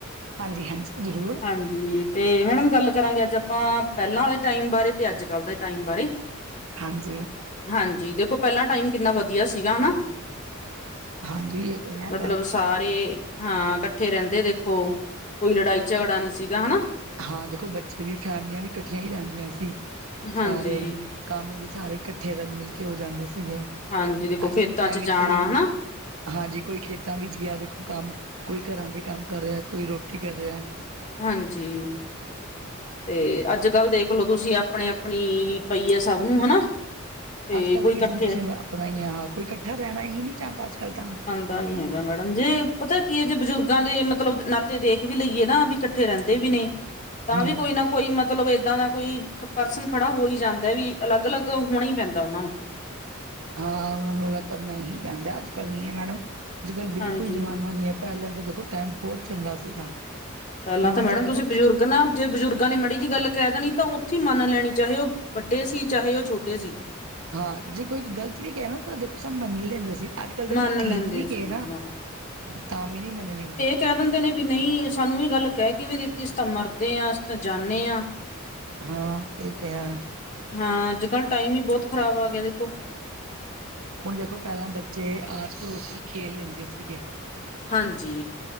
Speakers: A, on the right; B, on the left.
A: ਹਾਂਜੀ - ਹਾਂਜੀ ਜ਼ਰੂਰ।
B: ਹਾਂਜੀ। ਤੇ ਮੈਡਮ ਗੱਲ ਕਰਾਂਗੇ ਅੱਜ ਆਪਾਂ। ਪਹਿਲਾਂ ਵਾਲੇ ਟਾਈਮ ਬਾਰੇ ਤੇ ਅੱਜ- ਕੱਲ ਦੇ ਟਾਈਮ ਬਾਰੇ।
A: ਹਾਂਜੀ।
B: ਹਾਂਜੀ ਦੇਖੋ ਪਹਿਲਾਂ ਟਾਈਮ ਕਿੰਨਾ ਵਧੀਆ ਸੀਗਾ ਹਨਾ।
A: ਹਾਂਜੀ ਇਹ ਤੇ ਯਾਰ।
B: ਮਤਲਬ ਸਾਰੇ ਹਾਂ ਇਕੱਠੇ ਰਹਿੰਦੇ ਦੇਖੋ। ਕੋਈ ਲੜਾਈ ਝਗੜਾ ਨਹੀਂ ਸੀਗਾ ਹਨਾ
A: ਹਾਂ ਦੇਖੋ ਬੱਚੇ ਵੀ ਫੈਮਲੀਆਂ ਵੀ ਇਕੱਠੀਆਂ ਹੀ ਰਹਿੰਦੀਆਂ ਸੀ। ਸਾਰੇ
B: ਹਾਂਜੀ।
A: ਕੰਮ ਵੀ ਸਾਰੇ ਇਕੱਠੇ ਰਲ ਮਿਲ ਕੇ ਹੋ ਜਾਂਦੇ ਸੀਗੇ।
B: ਹਾਂਜੀ ਦੇਖੋ
A: ਅੱਜ
B: ਖੇਤਾਂ
A: ਦੇ ਟਾਈਮ
B: 'ਚ ਜਾਣਾ
A: ਵਿੱਚ ਕੋਈ?
B: ਹਨਾ
A: ਹਾਂਜੀ ਕੋਈ ਖੇਤਾਂ ਵਿੱਚ ਗਿਆ ਦੇਖੋ ਕੰਮ ਕੋਈ ਘਰਾਂ ਦੇ ਕੰਮ ਕਰ ਰਿਹਾ। ਕੋਈ ਰੋਟੀ ਕਰ ਰਿਹਾ।
B: ਹਾਂਜੀ। ਤੇ ਅੱਜ -ਕੱਲ੍ਹ ਦੇਖ ਲੋ ਤੁਸੀਂ ਆਪ ਆਪਣੀ-ਆਪਣੀ ਪਈ ਆ ਸਭ ਨੂੰ ਹਨਾ। ਤੇ
A: ਅੱਜ-ਕੱਲ
B: ਕੋਈ
A: ਤਾਂ
B: ਇਕੱਠੇ
A: ਕਿਸੇ ਨੂੰ ਕਿਸੇ ਆਪਣਾ ਹੀ ਹੈ। ਹ ਕੋਈ ਇਕੱਠਾ ਰਹਿਣਾ ਹੀ ਨਹੀਂ ਚਾਹੁੰਦਾ ਅੱਜ- ਕੱਲ ਤਾਂ
B: ਦਾ ਨੀ ਹੈਗਾ ਮੈਡਮ ਜੇ ਪਤਾ ਕੀ ਹੈ। ਜੇ ਬਜ਼ੁਰਗਾਂ ਦੇ ਮਤਲਬ ਨਾਤੇ ਦੇਖ ਵੀ ਲਈਏ ਨਾ ਵੀ। ਉੱਥੇ ਰਹਿੰਦੇ ਵੀ ਨੇ ਤਾਂ
A: ਹਮ
B: ਵੀ ਕੋਈ ਨਾ। ਕੋਈ ਮਤਲਬ ਇਏਦਾਂ ਦਾ ਕੋਈ ਪਰਸਨ ਖੜਾ ਹੋ ਹੀ ਜਾਂਦਾ। ਵੀ ਅਲੱਗ-ਅਲੱਗ ਹੋਣਾ ਹੀ ਪੈਂਦਾ ਉਹਨਾਂ ਨੂੰ
A: ਹਾਂ ਉਹਨਾਂ ਨੂੰ ਅਲੱ ਕਰਨਾ ਹੀ ਪੈਂਦਾ ਅੱਜ - ਕੱਲ ਨ ਹੈ ਮੈਡਮ ਅੱਜ ਕੱਲ੍ਹ ਬਿਲਕੁਲ
B: ਹਾਂਜੀ
A: ਜਮਾਨਾ ਨੀ ਹੈ। ਪਹਿਲਾਂ ਤਾਂ ਦੇਖੋ ਟਾਈਮ ਪਹੁੰਚ ਜਾਂਦਾ ਸੀਗਾ।
B: ਪਹਿਲਾਂ
A: ਹੁਣ
B: ਤਾਂ ਮੈਡਮ
A: ਦੇਖੋ
B: ਤੁਸੀਂ ਬਜ਼ੁਰਗ ਨਾ ਜੇ ਬਜ਼ੁਰਗ। ਜੇ ਮਾੜੀ ਜੀ ਗੱਲ ਕਿਹ ਦੇਣੀ। ਤਾਂ ਉੱਥੇ ਮੰਨ ਲੈਣੀ ਚਾਹੇ ਉਹ ਵੱਡੇ ਸੀ ਚਾਹੇ। ਉਹ ਛੋਟੇ ਸੀ।
A: ਹਾਂ। ਜੇ ਕੋਈਈ ਗਲਤ ਵੀ ਕਹਿ ਨਾ ਤਾਂ ਦੇਖੋ ਸਭ ਮੰਨ ਲੈਂਦੇ ਸੀ। ਅੱਜ ਕੱਲ ਤਾਂ
B: ਮੰਨ
A: ਕੁਝ ਠੀਕ
B: ਲੈਂਦੇ
A: ਵੀ ਕੇ
B: ਸੀ
A: ਨਾ ਤਾਂ ਵੀ ਨਹੀਂ ਮੰਨਣੀ।
B: ਕਿਹ ਦਿੰਦੇ ਨੇ ਵੀ ਨਈ ਸਾਨੂੰ ਏ ਗੱਲ ਕੈ ਕਿਵੇਂ ਦਿੱਤੀ। ਅਸੀ ਤਾਂ ਮਰਦੇ ਆ ਅਸੀ ਤਾਂ ਜਾਂਨੇ ਆ।
A: ਹਾਂ ਇਹ ਤੇ ਹੈ।
B: ਹਾਂ ਅੱਜ- ਕੱਲ੍ਹ ਟਾਈਮ ਹੀ ਬਹੁਤ ਖ਼ਰਾਬ ਆ ਗਿਆ ਦੇਖੋ।
A: ਹੁਣ ਦੇਖੋ ਪਹਿਲਾਂ ਬੱਚੇ ਆਸ - ਪੜੋਸ ਖੇਲ ਲੈਂਦੇ ਸੀਗੇ।
B: ਹਾਂਜੀ।